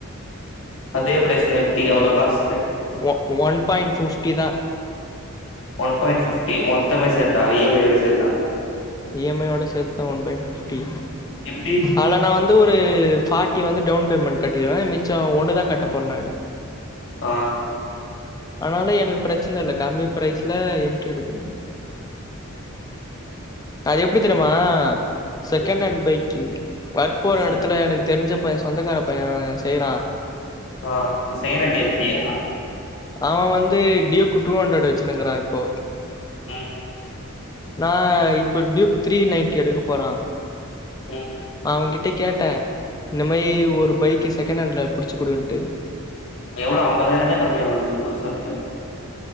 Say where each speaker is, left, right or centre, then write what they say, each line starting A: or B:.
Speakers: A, on the left (about 65°); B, on the left (about 15°).
A: அதே பிரைஸ்ல எம் டீ கு எவ்ளோ காஸ்
B: ஒ ஒன் பாயிண்ட் ஃபிஃப்டிதா
A: ஒன் பாயிண்ட் ஃபிஃப்டி மொத்தமே சேர்த்தா இ எம் ஐ ஓட சேத்தா
B: இ எம் ஐ யோட சேத்து தா ஒன் பாயிண்ட் ஃபிஃப்டி
A: எப்டி
B: ஆல நா வந்து ஒரு ஃபா ட்டி வந்து டவுன் பேமெண்ட் கட்டிடுவே மிச்ச ஒண்ணுதா கட்ட போற் நானு
A: ஆ
B: ஆனாலு எனக்கு பிரச்சன இல்ல கம்மி பிரைஸ்ல எம் டி எடுத்துருவ அது எப்டி தெரிமா செகண்ட்
A: ம்
B: ஹாண்ட் பைக்கு வர்க் போற
A: ச
B: இடத்துல எனக்கு தெரிஞ்ச சொந்தக்கார பையன் செய்யறான்
A: ஆஹ் செகரட்டி எம் டீ யா
B: அவன் வந்து டியோகு டூஹண்ரெட் வெச்சினுக்குறான் இப்போ
A: உஹம்
B: நா இப்ப டியூக் த்ரீ நைன்டி எடுக்க போறான்
A: <inaudible>
B: அவன்கிட்ட கேட்டே இந்த மாரி ஒரு பைக்கு செகெண்ட் ஹாண்ட்ல புடிச்சு குடுன்ட்டு
A: எவ்ளோ ஐம்பதாயிர தா கம்மியாவுது புதுசவுடைய